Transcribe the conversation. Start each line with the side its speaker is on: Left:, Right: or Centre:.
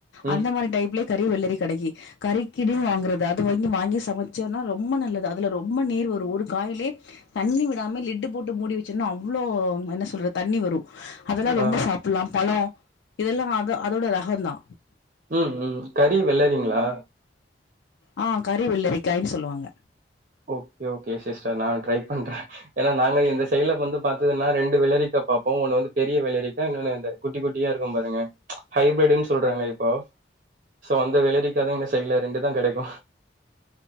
Right: ம்
Left: அந்த மாரி டைப்ல கறி வெள்ளரி கெடைக்கு கறிக்கினே வாங்கறது அது வாங்கி வாங்கி சமைச்சனா ரொம்ப நல்லது அதுல ரொம் ம்ப நீர் வரு ஒரு காயிலே தண்ணி விடாம லிட்டு போட்டு மூடி வச்சனா அவ்ளோ என்ன சொ சொல்ற தண்ணி வரு அதெல்லா
Right: ஆ
Left: ரொம்ப சாப்புலாம் பழொ இதெல்லா அத அதோட ரகோந்தா
Right: ம் ம் கறி வெளள்ளறீங்ளா
Left: ஆ கறி வெள்ளரிக்காய்னு சொல்லுவாங்க
Right: ஓகே ஓகே சிஸ்டர் நான் ட்ரை பண்றே ஏனா நாங்க இந்த சைடுல வந்து பாத்ததுன்னா ரெண்டு வெள்ளரிக்கா பாப்போ ஒன்னு வந்து பெரிய வெள்ளரிக்கா இன்னொன்னு இந்த குட்டி குட்டியா இருக்கும் பாருங்க ஹை பிரிட்டுன்னு சொல்றாங்க இப்போ சோ அந்த வெள்ளரிக்காதா எங்க சைடுல ரெண்டுதா கெடைக்கு